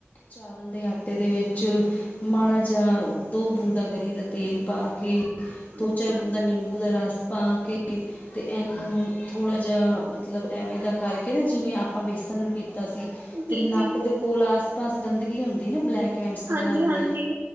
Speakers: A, on the left; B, on the right.
A: ਚਾਵਲ ਦੇ ਆਟੇ ਦੇ ਵਿੱਚ ਮਾੜਾ ਜਿਹਾ, ਦੋ ਬੂੰਦਾ ਗਰੀ ਦਾ ਤੇਲ ਪਾ ਕੇ ਦੋ
B: ਅੱਛਾ
A: ਚਾਰ ਬੂੰਦਾ ਨਿੰਬੂ ਦਾ ਰਸ ਪਾ ਕੇ, ਤੇ ਇਹਨੂੰ ਥੋੜ੍ਹਾ ਜਿਹਾ ਮਤਲਬ ਐਵੇਂ ਦਾ ਕਰਕੇ ਨਾ, ਜਿਵੇਂ ਆਪਾਂ ਵੇਸਣ ਨੂੰ ਕੀਤਾ ਸੀ ਤੇ
B: ਜੀ
A: ਨੱਕ
B: ਜੀ
A: ਦੇ ਕੋਲ ਆਸ ਪਾਸ ਗੰਦਗੀ ਹੁੰਦੀ ਨਾ, ਬਲੈਕ ਹੈਂਡਸ ਵਗੈਰਾ
B: ਹਾਂਜੀ
A: ਹੁੰਦੇ
B: ਹਾਂਜੀ
A: ਨੇ,